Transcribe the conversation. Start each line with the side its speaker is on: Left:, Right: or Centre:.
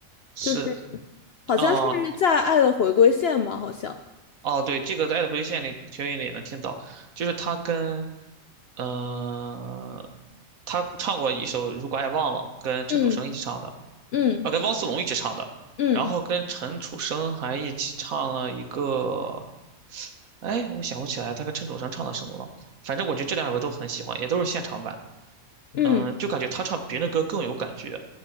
Right: 是，
Left: 就是好像是在《爱的回归线》吧，
Right: 嗯、
Left: 好像，
Right: 哦，对，这个在《爱的回归线》里，学音里也能听到，就是他跟呃，他唱过一首《如果爱忘了》，跟陈楚生一起唱的，
Left: 嗯嗯
Right: 啊，跟汪苏泷一起唱的，
Left: 嗯
Right: 然后跟陈楚生还一起唱了一个，哎，我想不起来他跟陈楚生唱的什么了，反正我觉得这两首歌都很喜欢，也都是现场版，
Left: 嗯
Right: 嗯，就感觉他唱别人的歌更有感觉。